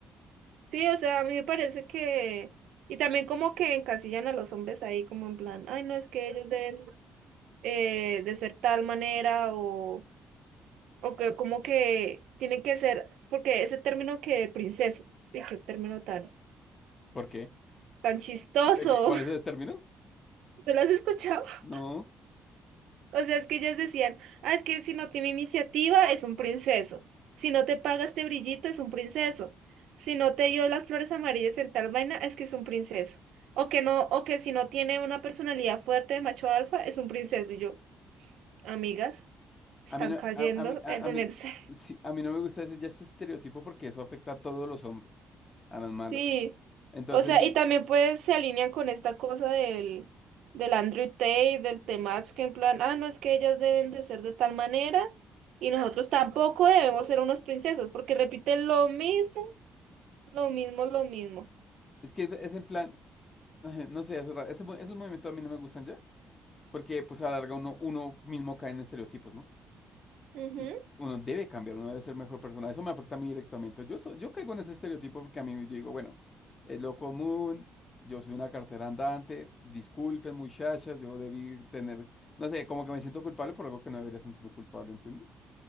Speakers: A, on the right; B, on the left.
A: sí, o sea, a mí me parece que, y también como que encasillan a los hombres ahí como en plan, ay, no, es que ellos deben eh, de ser tal manera o... o que como que tiene que ser, porque ese término que de princeso, y qué término tan,
B: ¿Por qué?
A: tan chistoso,
B: ¿De que, cuál es el término?
A: <laughs> ¿tú lo has escuchado? <laughs>
B: No,
A: O sea, es que ellas decían, ah, es que si no tiene iniciativa es un princeso, si no te paga este brillito es un princeso, si no te dio las flores amarillas en tal vaina es que es un princeso, o que no, o que si no tiene una personalidad fuerte de macho alfa es un princeso, y yo, amigas, están
B: a mí no,
A: cayendo
B: a, a mí, a,
A: en
B: a
A: un
B: mí,
A: exceso. <laughs>
B: sí, a mí no me gusta ese, ya ese estereotipo porque eso afecta a todos los hombres, a las malas.
A: Sí,
B: Entonces,
A: o sea,
B: mi,
A: y también pues se alinean con esta cosa del, del Andrew Tate, del Temach, que en plan, ah, no, es que ellas deben de ser de tal manera y nosotros tampoco debemos ser unos princesos, porque repiten lo mismo, lo mismo, lo mismo.
B: es que es en plan, <laughs> no sé, es raro, ese mo- esos movimientos a mí no me gustan ya. Porque pues a la larga uno, uno mismo cae en estereotipos, ¿no?
A: Ujú.
B: Y uno debe cambiar, uno debe ser mejor persona. Eso me afecta a mí directamente. Yo, so- yo caigo en ese estereotipo porque a mí yo digo, bueno, es lo común, yo soy una cartera andante, disculpen muchachas, yo debí tener, no sé, como que me siento culpable por algo que no debería sentirme culpable, ¿entiendes?